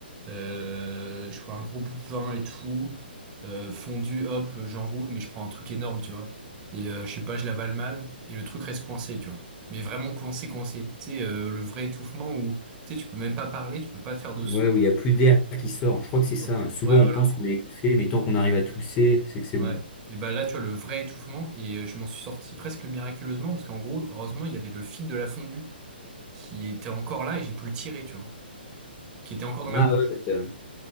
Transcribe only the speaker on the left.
Ouais,
où il n'y a plus d'air qui sort,
je crois que
c'est ça.
hein. Souvent,
on pense qu'on est étouffé, mais tant qu'on arrive à tousser, c'est que c'est
bon.
Ah
ouais, bah, t'as-